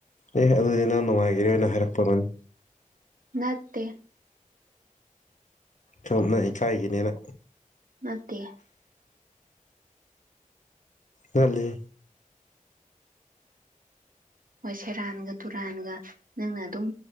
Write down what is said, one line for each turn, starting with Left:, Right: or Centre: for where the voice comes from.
Left: ꯑꯦ ꯑꯗꯨꯗꯤ ꯅꯪ ꯅꯨꯡꯉꯥꯏꯈꯤꯔ‌ꯣꯏꯅ ꯍꯥꯏꯔꯛꯄ ꯑ‌ꯣꯏꯔꯝꯒꯅꯤ
Right: ꯅꯠꯇꯦ
Left: ꯆ‌ꯣꯞꯅ ꯏꯀꯥꯏꯒꯤꯅꯦꯅ
Right: ꯅꯠꯇꯦ
Left: ꯅꯠꯂꯤ
Right: ꯍꯣꯏ ꯁꯦꯔꯥꯟꯒ ꯇꯨꯔꯥꯟꯒ ꯅꯪꯅ ꯑꯗꯨꯝ